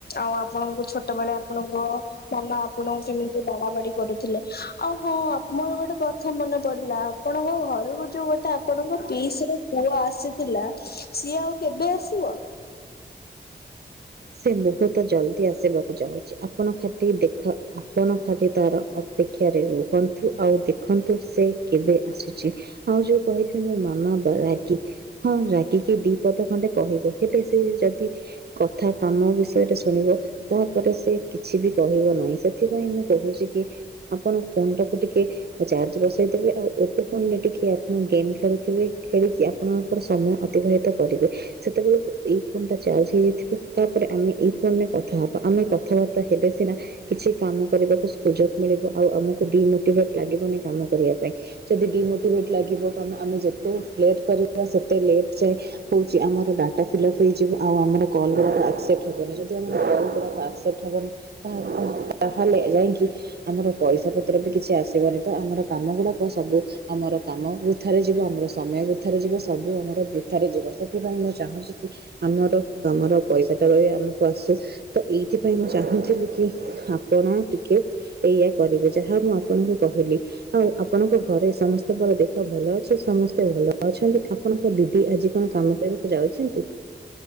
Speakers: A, on the left; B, on the right.
A: ଆଉ ଆପଣଙ୍କୁ ଛୋଟ ବଳେ ଆପଣଙ୍କ ମାମା ଆପଣଙ୍କୁ କେମିତି ବା କମେଡି କରୁଥିଲେ ଆଉ ହଁ ମୋର ଗୋଟେ କଥା ମନେ ପଡିଲା ଆପଣଙ୍କ ଘରକୁ ଯୋଉ ଗୋଟା ଆପଣଙ୍କ ପିସର ପୁଅ ଆସିଥିଲା ସିଏ ଆଉ କେବେ ଆସିବ?
B: ସେ ବହୁତ ଜଲ୍ଦି ଆସିବାକୁ ଯାଉଛି ଆପଣ ଖାଟି ଦେଖ ଆପଣ ଖାଲି ତାର ଅ ଅପେକ୍ଷାରେ ରୁହନ୍ତୁ ଆଉ ଦେଖନ୍ତୁ ସେ କେବେ ଆସୁଛି। ଆଉ ଯୋଉ କହିଲି ମୋ ମାମା ବ ରାଗୀ। ହଁ ରାଗିକି ଦି ପଦ ଖଣ୍ଡେ କହିବ ହେଲେ ସେ ଯଦି କଥା କାମ ବିଷୟରେ ଶୁଣିବ ତାପରେ ସେ କିଛି ବି କହିବ ନାହିଁ ସେଥିପାଇଁ ମୁଁ କହୁଛି କି ଆପଣ ଫୋନ୍ ଟାକୁ ଟିକେ ଉ ଚାର୍ଜ ବସେଇ ଦେବେ ଆଉ ଓପୋ ଫୋନ ରେ ଟିକେ ଆପଣ ଗେମ୍ ଖେଳୁଥିବେ ଖେଳିକି ଆ ଆପଣଙ୍କର ସମୟ ଅତିବାହିତ କରିବେ ସେତେବେଳକୁ ଏଇ ଫୋନ ଟା ଚାର୍ଜ ହେଇଯାଇଥିବ। ତା ପରେ ଆମେ ଏଇ ଫୋନରେ କଥା ହେବା ଆମେ କଥାବାର୍ତ୍ତା ହେଲେ ସିନା କିଛି କାମ କରିବାକୁ ସୁଯୋଗ ମିଳିବ ଆଉ ଆମକୁ ଡିମୋଟିଭେଟ ଲାଗିବନି କାମ କରିବା ପାଇଁ। ଯଦି ଡିମୋଟିଭେଟ ଲାଗିବ ଆମେ ଯେତେ ଲେଟ କରିବା ସେତେ ଲେଟ ଯାଏ ହଉଛି ଆମର ଡାଟା ଫିଲପ୍ ହେଇଯିବ ଆଉ ଆମର କଲ ଗୁରା ଲା ଆକ୍ସେପ୍ଟ ହେବନି ଯଦି ଆମ କଲ୍ ଗୁଡ଼ାକ ଆକ୍ସେପ୍ଟ ହେବନି <unintelligible> ତାହେଲେ ଯାଇକି ଆମର ପଇସା ପତ୍ର ବି କିଛି ଆସିବନି ତ ଆମର କାମ ଗୁଡାକ ସବୁ ଆମର କାମ ବୃଥାରେ ଯିବ ଆମର ସମୟ ବୃଥାରେ ଯିବ ସବୁ ଆମର ବୃଥାରେ ଯିବ ସେଥିପାଇଁ ମୁଁ ଚାହୁଁଛି କି ଆମର ତମର ପଇସା ଟା ରହି ଆମକୁ ଆସୁ ତ ଏଇଥିପାଇଁ ମୁଁ ଚାହୁଁଥିଲି କି ଆପଣ ଟିକେ ଏଇଆ କରିବେ ଯାହା ମୁଁ ଆପଣଙ୍କୁ କହିଲି। ଆଉ ଆପଣଙ୍କ ଘରେ ସମସ୍ତଙ୍କର ଦେହ ଭଲ ଅଛି ସମସ୍ତେ ଭଲ ଅଛନ୍ତି। ଠା ଆପଣଙ୍କ ଦିଦି ଆଜି କଣ କାମ କରିବାକୁ ଯାଉଛନ୍ତି?